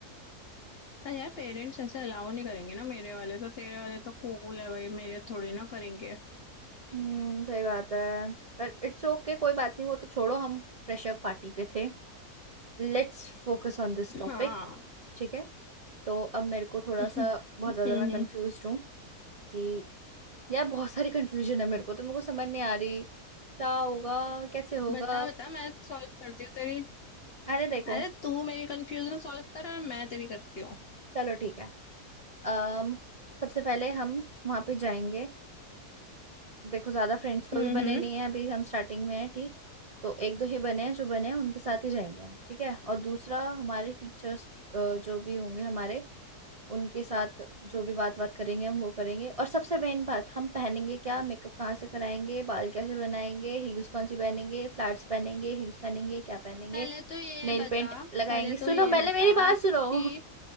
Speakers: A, on the left; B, on the right.
A: अरे यार पेरेंट्स ऐसे अलाउ नहीं करेंगे ना मेरे वाले तो तेरे वाले तो कूल है भाई मेरे थोड़ी ना करेंगे
B: हम्म सही बात है पर इट्स ओके कोई बात नहीं वो तो छोड़ो हम फ्रेशर पार्टी पे थे let's focus on this topic
A: हाँ
B: ठीक है तो अब मेरे को थोड़ा
A: हम्म
B: सा बहुत ज्यादा मैं कंफ्यूज हूँ कि यार बहुत सारी कंफ्यूजन है मेरे को तो मेरे को समझ नहीं आ रही क्या होगा कैसे होगा
A: बता बता मैं सॉल्व करती हूँ तेरी
B: अरे देखो
A: अरे तू मेरी कंफ्यूजन सॉल्व कर और मैं तेरी करती हूँ
B: चलो ठीक है अम सबसे पहले हम वहां पे जाएंगे देखो ज्यादा फ्रेंड्स तो
A: हम्म
B: भी बने
A: हम्म
B: नहीं है अभी हम स्टार्टिंग में हैं ठीक तो एक दो ही बने हैं जो बने हैं उनके साथ ही जाएंगे हम ठीक है और दूसरा हमारे टीचर्स जो भी होंगे हमारे उनके साथ जो भी बात बात करेंगे हम वो करेंगे और सबसे मेन बात हम पहनेंगे क्या मेकअप कहाँ से कराएंगे बाल कैसे बनाएंगे हील्स कौन सी पहनेंगे फ्लैट्स पहनेंगे हील्स पहनेंगे क्या पहनेंगे
A: पहले तो ये
B: नेल
A: बता
B: पेंट लगाएंगे
A: पहले
B: सुनो
A: तो ये
B: पहले
A: बता
B: मेरी बात सुनो
A: कि